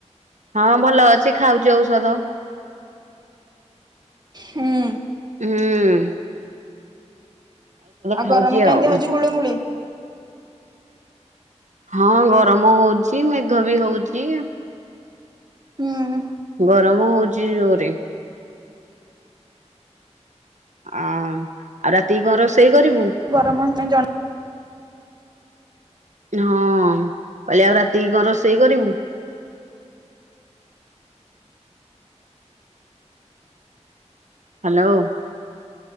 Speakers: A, on the right; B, on the right.
A: ହଁ ଭଲ ଅଛି ଖାଉଛି ଔଷଧ।
B: ହୁଁ
A: ହୁଁ। ହୁଁ।
B: ଆଉ
A: ଖାଉଛି
B: ଗରମ କେମିତି
A: ଆଉ
B: ହଉଛି ଗୁଳୁଗୁଳି?
A: ହଁ ଗରମ ହଉଛି ମେଘ ବି ହଉଛି।
B: ହୁଁ।
A: ଗରମ ହଉଚି ଜୋରେ। ଆ ଆଉ ରାତି କି କଣ ରୋଷେଇ କରିବୁ?
B: ଗରମ ହେତୁ ପାଇ ଯ
A: ହଁ କହିଲି ଆଉ ରାତି କଣ ରୋଷେଇ କରିବୁ? ହ୍ୟାଲୋ।